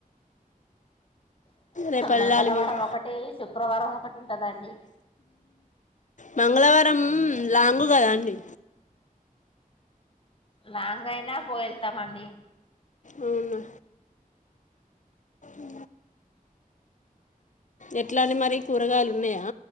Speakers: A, on the left; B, on the left.
A: రేపు వెళ్ళాలి
B: మంగళవారం
A: మేము
B: ఒకటి శుక్రవారం ఒకటి ఉంటుందండి
A: మంగళవారం లాంగు కదా అండి
B: లాంగ అయినా పో వెళ్తామండి
A: అవునా ఉ ఎట్లండి మరి కూరగాయలు ఉన్నాయా